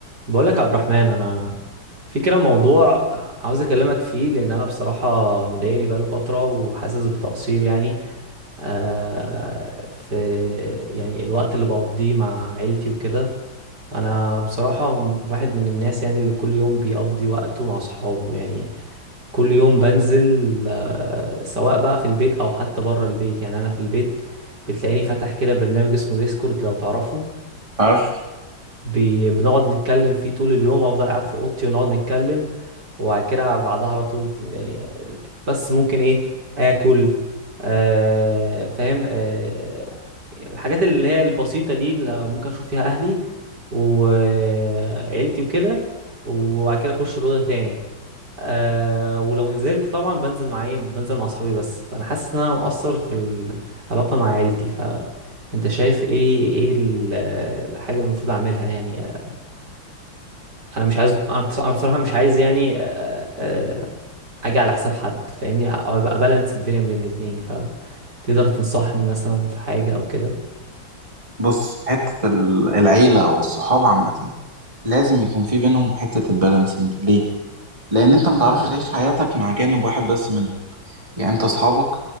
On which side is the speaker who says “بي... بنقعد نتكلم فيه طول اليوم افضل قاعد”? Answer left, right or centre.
Right